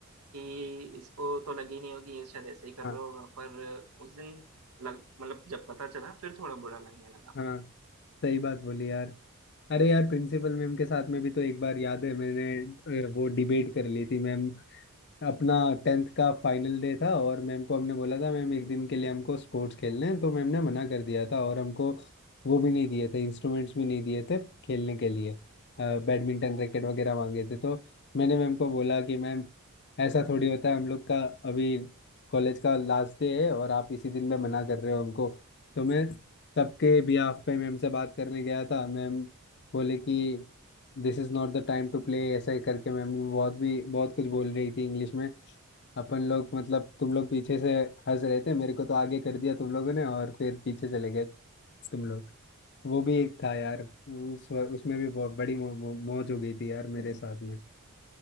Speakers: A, on the right; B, on the left.
A: कि इसको तो लगी नहीं होगी ये शायद ऐसे ही कर
B: हाँ
A: रहा होगा पर उस दिन लग मतलब जब पता चला फिर थोड़ा बुरा लगने लगा
B: हाँ सही बात बोली यार अरे यार प्रिंसिपल मैम के साथ में भी तो एक बार याद है मैंने अ, वो डिबेट कर ली थी मैम अपना टेंथ का फाइनल डे था और मैम को हमने बोला था मैम एक दिन के लिए हमको स्पोर्ट्स खेलने हैं तो मैम ने मना कर दिया था और हमको वो भी नहीं दिए थे इंस्ट्रूमेंट्स भी नहीं दिए थे खेलने के लिए बैडमिंटन रैकेट वगैरह मांगे थे तो मैंने मैम को बोला कि मैम ऐसा थोड़ी होता है हम लोग का अभी कॉलेज का लास्ट डे है और आप इसी दिन में मना कर रहे हो हमको तो मैं सबके बिहाफ पे मैम से बात करने गया था मैम बोले कि this is not the time to play ऐसा ही करके मैम बहुत भी बहुत कुछ बोल रही थी इंग्लिश में अपन लोग मतलब तुम लोग पीछे से हंस रहे थे मेरे को तो आगे कर दिया तुम लोगों ने और फिर पीछे चले गए तुम लोग वो भी एक था यार उस उसमें भी बहुत बड़ी मौ, मौ, मौज हो गई थी यार मेरे साथ में